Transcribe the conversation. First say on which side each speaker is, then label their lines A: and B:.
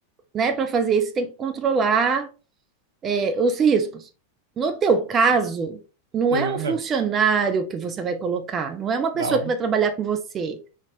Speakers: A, on the right; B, on the right.
A: né? Para fazer isso, tem que controlar, é, os riscos. No teu caso, não
B: eu,
A: é um funcionário
B: né,
A: que você vai colocar, não é uma pessoa
B: dá um.
A: que vai trabalhar com você,